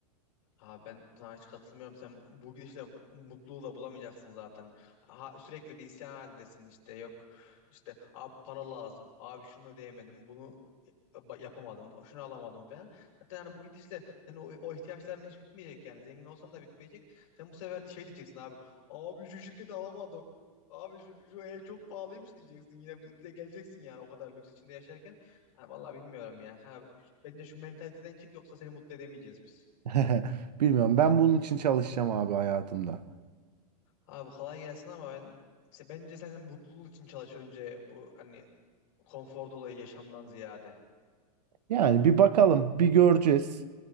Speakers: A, on the left; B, on the right.
A: Abi ben sana hiç katılmıyorum. Sen bu gidişle mutluluğu da bulamayacaksın zaten. Ha, sürekli bir isyan halindesin işte yok. işte abi para lazım. Abi şunu ödeyemedim. Bunu e, ba- yapamadım. Şunu alamadım falan. Zaten hani bu gidişle senin o, o ihtiyaçların hiç bitmeyecek yani. Zengin olsan da bitmeyecek. Sen bu sefer de şey diyeceksin abi. Abi şu şirketi alamadım. Abi şu, şu ev çok pahalıymış diyeceksin. Yine bir bir de geleceksin yani o kadar lüks içinde yaşarken. Ha, vallahi bilmiyorum ya. Ha, bence şu mentaliteden çık yoksa seni mutlu edemeyeceğiz biz.
B: <laughs> Bilmiyorum ben bunun için çalışacağım abi hayatımda.
A: Abi kolay gelsin ama ben işte bence sen mutluluğun için çalış önce bu hani konfor dolayı yaşamdan ziyade.
B: Yani bir bakalım bir göreceğiz.